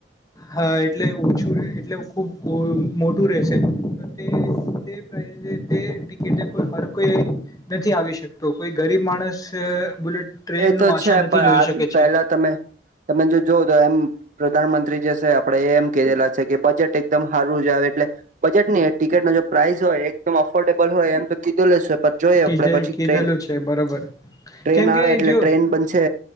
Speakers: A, on the left; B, on the right.
A: હા એટલે ઓછું એટલે ખૂબ મોટું રહેશે. તે તે પ્રાઈસે તે ટિકિટે કોઈ હર કોઈ નથી આવી શકતો કોઈ ગરીબ માણસ બુલેટ ટ્રેનનું
B: એ તો
A: આશા
B: છે
A: નથી
B: પણ
A: જોઈ
B: આજ
A: શકે છે
B: પહેલા તમે તમે જો જોવ તો એમ પ્રધાનમંત્રી જે તે આપડે એમ કેરેલા. છે કે બજેટ એકદમ હારું જ આવે એટલે બજેટ નહીં ટિકિટ ન જો પ્રાઇસ હોય એકદમ અફોર્ડેબલ હોય એમ તો કીધું લેશે પર જોઈ
A: કીધે
B: આપે પછી
A: કીધેલું
B: ટ્રેન-ટ્રેન
A: છે બરોબર કેમ
B: આવે.
A: કે
B: એટલે
A: જો
B: ટ્રેન બનશે